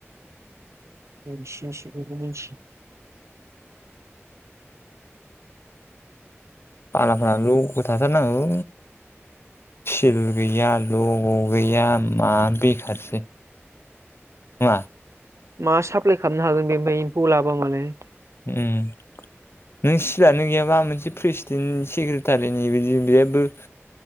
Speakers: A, on the right; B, on the left.
A: बिसखौ <unintelligible> बुंस <unintelligible>
B: बालाफोर लग' थाथारनांगौ सिल गैया लग' गैया मा बेखारसै नङा
A: मा साप्लााय खालामनो हागोन बे ओमफ्राय एमफौ लाबा मालाय
B: ओम नों सिलानो गैयाबा मोनसे प्रेसिडेन्ट सेक्रेटारिनि बिदि बेहबो